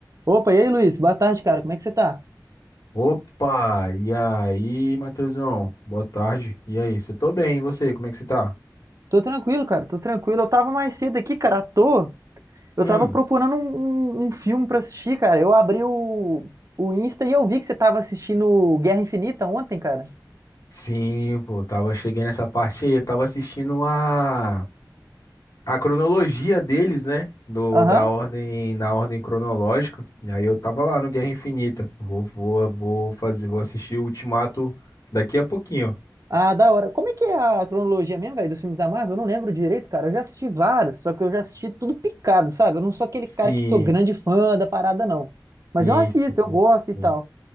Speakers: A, on the right; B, on the left.
A: Opa, e aí, Luiz? Boa tarde, cara. Como é que você tá?
B: Opa, e aí, Matheusão? Boa tarde. E aí, você tô bem, e você? Como é que você tá?
A: Tô tranquilo, cara. Tô tranquilo. Eu tava mais cedo aqui, cara, à toa. Eu
B: Hum,
A: tava procurando um, um, um filme pra assistir, cara. Eu abri o, o Insta e eu vi que você tava assistindo Guerra Infinita ontem, cara.
B: Sim, pô, tava cheguei nessa parte aí, eu tava assistindo a a cronologia deles, né? Do,
A: Aham.
B: da ordem, na ordem cronológica. E aí eu tava lá no Guerra Infinita. Vou, vou, vou fazer, vou assistir o Ultimato daqui a pouquinho.
A: Ah, da hora. Como é que é a cronologia mesmo, velho, dos filmes da Marvel? Eu não lembro direito, cara. Eu já assisti vários, só que eu já assisti tudo picado, sabe? Eu não sou aquele
B: Sim,
A: cara que sou grande fã da parada, não. Mas
B: sim,
A: eu assisto,
B: sim.
A: eu gosto e
B: sim.
A: tal.